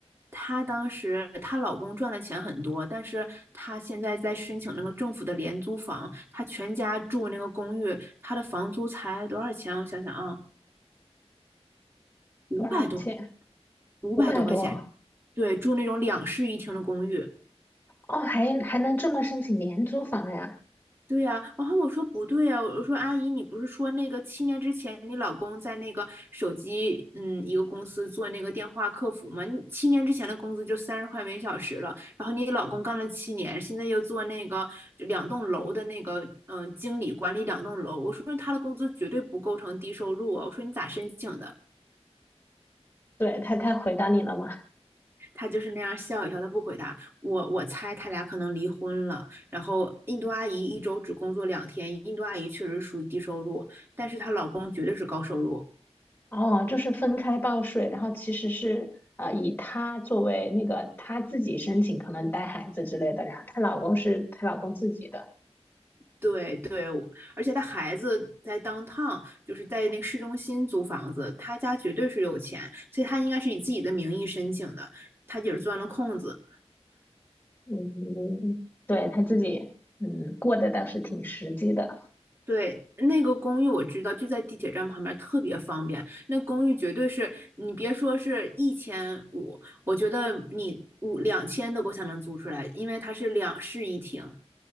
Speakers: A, on the right; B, on the left.
A: 她当时她老公赚的钱很多，但是她现在在申请那个政府的廉租房，她全家住那个公寓，她的房租才多少钱？我想想啊，五百多，
B: 多少钱？
A: 五百多块钱。
B: 五百多
A: 对，住那种两室一厅的公寓。
B: 哦，还还能这么申请廉租房呀？
A: 对呀、然后我说不对呀、我说阿姨，你不是说那个七年之前你老公在那个手机嗯一个公司做那个电话客服吗？你七年之前的工资就三十块每小时了，然后你老公干了七年，现在又做那个两栋楼的那个嗯、呃经理管理两栋楼，我说他的工资绝对不构成低收入啊，我说你咋申请的？
B: 对，他他回答你了吗？
A: 他就是那样笑一笑，他不回答我。我猜他俩可能离婚了。然后印度阿姨一周只工作两天，印度阿姨确实属于低收入，但是她老公绝对是高收入。
B: 哦，就是分开报税，然后其实是呃以她作为那个她自己申请，可能带孩子之类的，然后她老公是她老公自己的，
A: 对对，我而且她孩子在 downtown，就是在那个市中心租房子，她家绝对是有钱，所以她应该是以自己的名义申请的，她姐是钻了空子。
B: 嗯，嗯对，她自己，嗯，过得倒是挺实际的。
A: 对，那个公寓我知道，就在地铁站旁边，特别方便。那公寓绝对是你别说是一千五，我觉得你五两千都够呛能租出来，因为它是两室一厅，